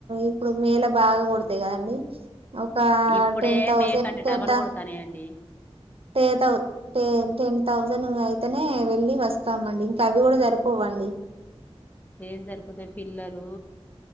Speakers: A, on the right; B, on the left.
A: ఇప్పుడు మే లో బాగా కొడతాయి కదండీ ఒక
B: ఇప్పుడే
A: టెన్ థౌసండ్
B: మేకంటే
A: టెన్త్
B: డబల్ కొడతానయండి
A: టె థౌ టెన్ థౌసండ్ అయితేనే వెళ్ళి వస్తామండి ఇంకా అవి కూడా సరిపోవ్వండి
B: ఏం సరిపోతాయి పిల్లలు